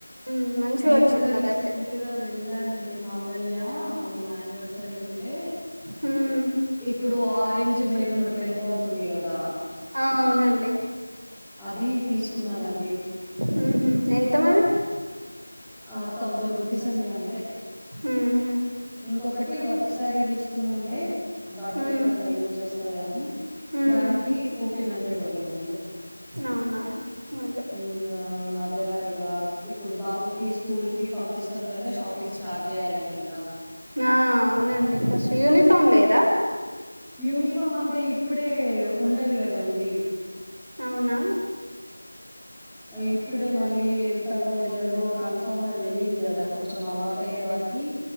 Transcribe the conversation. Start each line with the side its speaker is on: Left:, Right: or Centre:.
Right: హ్మ్. మంచిగా
Centre: నేను
Right: వచ్చింది
Centre: కూడా రీసెంట్
Right: అదైతే
Centre: గా వెళ్ళానండి మాంగళ్య మొన్న మా అనివర్సరీ ఉంటే
Right: హ్మ్.
Centre: ఇప్పుడు ఆరెంజ్ మెరును ట్రెండ్ అవుతుంది కదా
Right: ఆ! అవునండి
Centre: అది తీసుకున్నానండి
Right: ఉహ ఎంత మరి
Centre: ఆ థౌజండ్ రూపీస్ అండి అంతే
Right: అహా
Centre: ఇంకొకటి వర్క్ సారీ తీసుకుని ఉండే బర్త్డే
Right: హ్మ్.
Centre: కట్లా యూజ్ చేస్తాది అని
Right: హ్మ్.
Centre: దానికి ఫోర్టీన్ హండ్రెడ్ పడింది
Right: అవునా అదే
Centre: ఇంగా ఈ మధ్యలా ఇక ఇప్పుడు బాబుకిి స్కూల్ కి పంపిస్తాం కదా షాపింగ్ స్టార్ట్ చేయ్యాలండి ఇంకా
Right: ఆ అవునండి ఫస్ట్ యూనిఫామ్ లేదా
Centre: యూనిఫామ్ అంటే ఇప్పుడే ఉండదు కదండి
Right: అవునా
Centre: ఇప్పుడే మళ్ళీ వెళ్తాడో వెళ్ళాడో కన్ఫామ్ గా తెలీదు కదా కొంచెం అలవాటు అయ్యే వరకి